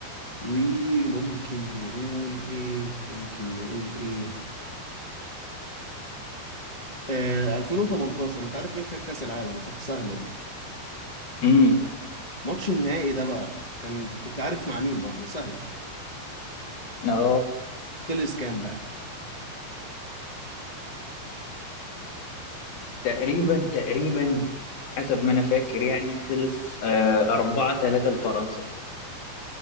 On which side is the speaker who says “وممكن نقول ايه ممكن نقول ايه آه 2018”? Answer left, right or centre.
Left